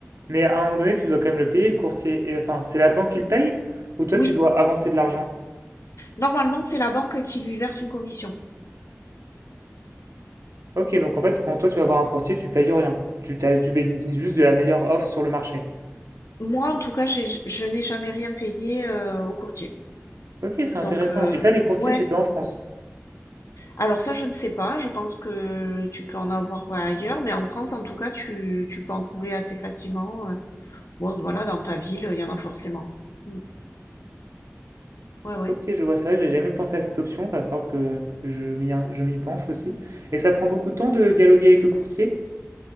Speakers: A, on the right; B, on the left.
A: Mais à un moment donné, tu dois quand même le payer, le courtier. Et, enfin, c'est la banque qui le paye ou toi,
B: Oui,
A: tu dois avancer de l'argent?
B: normalement, c'est la banque qui lui verse une commission.
A: Ok, donc en fait, quand toi, tu vas voir un courtier, tu payes rien. Tu, t'as- tu bénéficies juste de la meilleure offre sur le marché.
B: Moi, en tout cas, j'ai, je n'ai jamais rien payé, euh, au courtier.
A: Ok, c'est intéressant.
B: Donc, euh,
A: Et ça, les courtiers,
B: ouais.
A: c'était en France.
B: Alors ça, je ne sais pas. Je pense que tu peux en avoir ouais, ailleurs, mais en France, en tout cas, tu, tu peux en trouver assez facilement. euh. Bon, voilà, dans ta ville, il y en a forcément. Mm. Ouais, ouais.
A: Ok, je vois, c'est vrai que j'ai jamais pensé à cette option, va falloir que je m'y, je m'y penche aussi. Et ça prend beaucoup de temps de dialoguer avec le courtier?